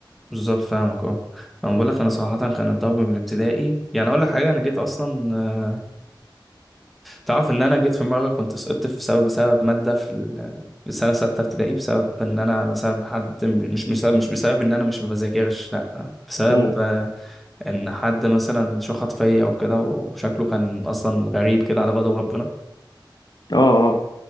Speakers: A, in the centre; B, on the left.
A: بالظبط فاهمك اه انا بقول لك انا صراحه كان الضرب من الابتدائي يعني اقول لك حاجه انا جيت اصلا آه، تعرف ان انا جيت في مره كنت سقطت في سبب بسبب ماده في ال- في السنه سته ابتدائي بسبب ان انا مثلا حد م- مش بسبب مش بسبب ان انا مش بذاكرش لا بسبب
B: امم
A: آه، ان حد مثلا شخط فيا او كده وشكله كان اصلا غريب كده على غضب ربنا
B: اه اه